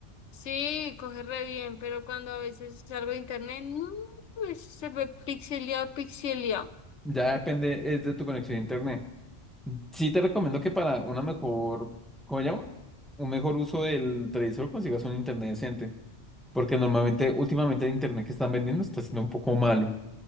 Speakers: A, on the left; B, in the centre.
A: sí, coge re bien, pero cuando a veces salgo de internet, no, pues, se ve pixeleado, pixeleado.
B: Ya depende, es de tu conexión a internet. Sí te recomiendo que para una mejor, ¿cómo se llama? Un mejor uso del televisor consigas un internet decente. Porque normalmente, últimamente el internet que están vendiendo está siendo un poco malo.